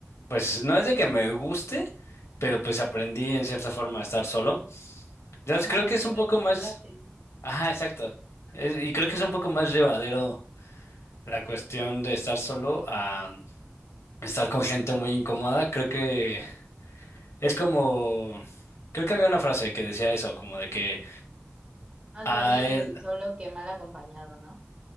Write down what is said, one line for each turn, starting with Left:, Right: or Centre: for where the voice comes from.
Left: pues no es de que me guste, pero pues aprendí en cierta forma a estar solo. Entonces,
Right: ajá,
Left: creo
Right: como
Left: que es
Right: que
Left: un
Right: te
Left: poco
Right: acostumbraste.
Left: más, ajá, exacto. Es- y creo que es un poco más llevadero la cuestión de estar solo a estar con gente muy incómoda, creo que es como, creo que había una frase que decía eso, como de que
Right: Más
Left: a
Right: vale
Left: él,
Right: solo que mal acompañado, ¿no?